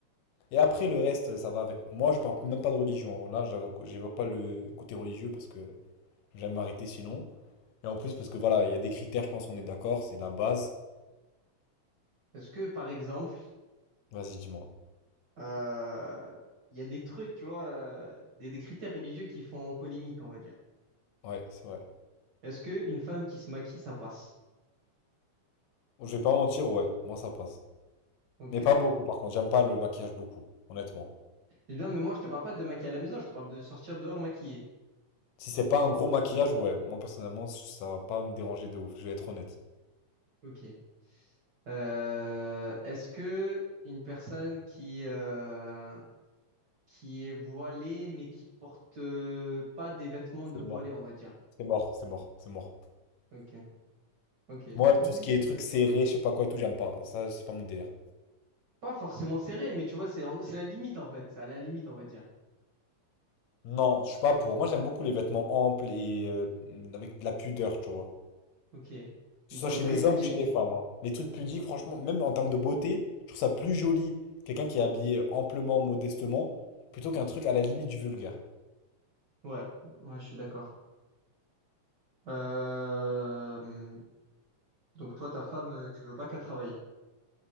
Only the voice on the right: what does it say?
Est-ce que, par exemple,
euh, il y a des trucs, tu vois, euh, des, des critères religieux qui font polémique, on va dire.
Est-ce que une femme qui se maquille, ça passe?
Ok.
Eh bien, mais moi, je te parle pas de maquiller à la maison, je te parle de sortir dehors maquillée.
Ok. Euh, est-ce que une personne qui, euh, qui est voilée, mais qui porte euh, pas des vêtements
de voilée,
on va dire?
Ok, ok,
ok.
Pas forcément serré, mais tu vois, c'est en- c'est la limite en fait. C'est à la limite, on va dire.
Ok.
Une
femme
très
pudique.
Ouais, ouais, je suis d'accord. Euh... Donc toi, ta femme, euh, tu veux pas qu'elle travaille.